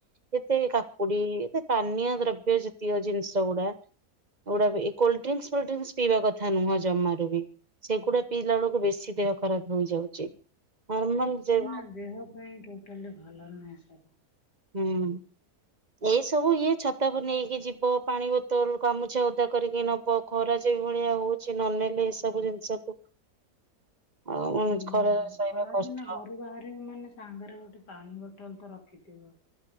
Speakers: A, on the right; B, on the left.
A: ଯେତେ କାକୁଡି ଏତେ ପାନୀୟ ଦ୍ରବ୍ୟ ଜାତୀୟ ଜିନିଷ ଗୁଡା ଗୁଡା ବି ଏ କୋଲ୍ଡଡ୍ରିଂକ୍ସ ଫୋଲ୍ଡଡ୍ରିଂକ୍ସ ପିଇବା କଥା ନୁହଁ ଜମାରୁ ବି। ସେଗୁଡା ପିଇଲା ବେଳକୁ ବେଶୀ ଦେହ ଖରାପ ହେଇଯାଉଛି। ନର୍ମାଲ ଯେ
B: ନା ଦେହ ପାଇଁ ଟୋଟାଲି ଭଲ ନୁହେଁ ସେରା।
A: ହୁଁ। ଏଇ ସବୁ ଇଏ ଛତାକୁ ନେଇକି ଯିବ ପାଣି ବୋତଲ ଗାମୁଛା ଓଦା କରିକି ନବ ଖରା ଯେ ଭଳିଆ ହୋଉଛି ନନେଲେ ଏ ସବୁ ଜିନିଷକୁ ଆଉ
B: ହୁଁ
A: ଖରା ସହିବା
B: ଖରାଦିନେ
A: କଷ୍ଟ।
B: ଘରୁ ବାହାରିବୁ ମାନେ ସାଙ୍ଗରେ ଗୋଟେ ପାଣି ବୋଟଲ ତ ରଖିଥିବ।